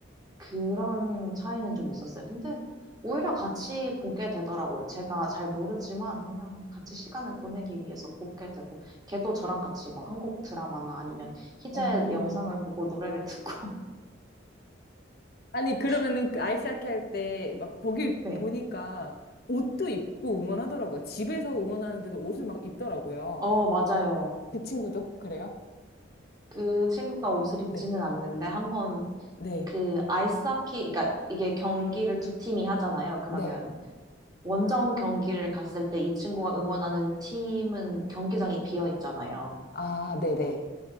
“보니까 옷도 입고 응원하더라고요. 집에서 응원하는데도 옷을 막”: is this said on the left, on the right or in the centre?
Left